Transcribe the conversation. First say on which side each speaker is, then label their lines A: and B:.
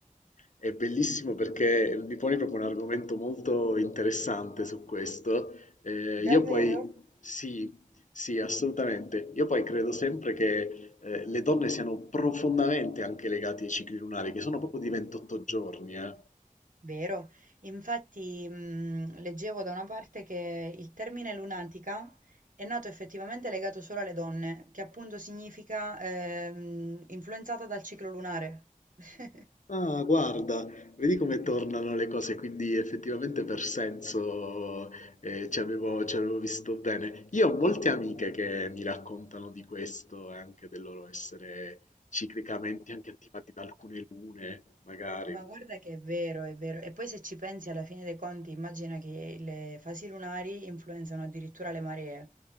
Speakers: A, on the left (about 60°); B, on the right (about 65°).
A: È bellissimo perché mi poni proprio un argomento molto interessante su questo. Eh, io
B: davvero?
A: poi, sì, sì, assolutamente. Io poi credo sempre che eh, le donne siano profondamente anche legate ai cicli lunari, che sono proprio di 28 giorni, eh.
B: Vero. Infatti, mh, leggevo da una parte che il termine lunatica è nato effettivamente legato solo alle donne, che appunto significa ehm, influenzata dal ciclo lunare. <laughs>
A: Ah, guarda, vedi come tornano le cose, quindi effettivamente per senso eh, ci avevo, ci avevo visto bene. Io ho molte amiche che mi raccontano di questo e anche del loro essere ciclicamente anche attivati da alcune lune, magari.
B: Ma guarda che è vero, è vero. E poi se ci pensi alla fine dei conti, immagina che le fasi lunari influenzano addirittura le maree.